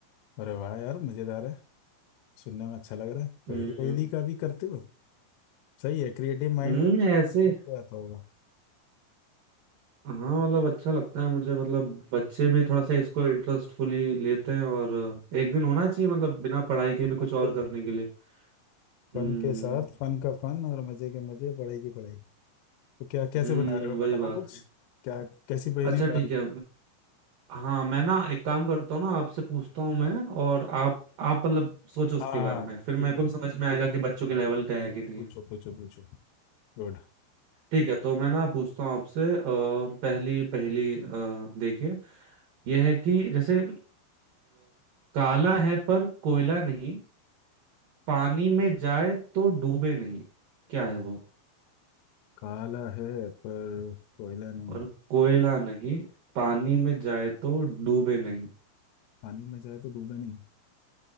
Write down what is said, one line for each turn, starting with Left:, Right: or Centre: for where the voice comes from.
Left: अरे वाह यार मजेदार है सुनने में अच्छा लग रहा है पहली
Right: हम्म
Left: पहली का भी करते हो सही है क्रिएटिव माइंड
Right: हम्म,
Left: बच्चों का
Right: ऐसे
Left: निकल के आता होगा
Right: हाँ मतलब अच्छा लगता है मुझे मतलब बच्चे भी थोड़ा सा इसको इंटरेस्टफुली लेते हैं और एक
Left: हम्म,
Right: दिन होना चाहिए मतलब बिना पढ़ाई के भी कुछ
Left: बिल्कुल
Right: और करने
Left: बिल्कुल
Right: के लिए
Left: फन
Right: हम्म
Left: के साथ फन का फन और मजे के मजे पढ़ाई की पढ़ाई तो क्या कैसे
Right: हम्म
Left: बना रहे हो
Right: वही
Left: बताओ
Right: बात
Left: कुछ
Right: है
Left: क्या कैसी पहेलियां
Right: अच्छा
Left: डाल
Right: ठीक
Left: रहे
Right: है
Left: हो
Right: हाँ मैं ना एक काम करता हूँ ना आपसे पूछता हूँ मैं और आप आप मतलब सोचो उसके
Left: हाँ
Right: बारे
Left: हाँ
Right: में फिर मेरे
Left: ठीक है
Right: को भी समझ
Left: ठीक
Right: में आएगा
Left: है
Right: कि
Left: ठीक
Right: बच्चों
Left: है ठीक
Right: के लेवल
Left: है
Right: का है कि नहीं
Left: पूछो
Right: है
Left: पूछो पूछो गुड
Right: ठीक है तो मैं ना पूछता हूँ आपसे अ, पहली पहली अ, देखिए यह है कि जैसे अ, काला है पर कोयला नहीं पानी में जाए तो डूबे नहीं क्या है वो
Left: काला है पर कोयला नहीं
Right: और कोयला नहीं पानी में जाए तो डूबे नहीं
Left: पानी में जाए तो डूबे नहीं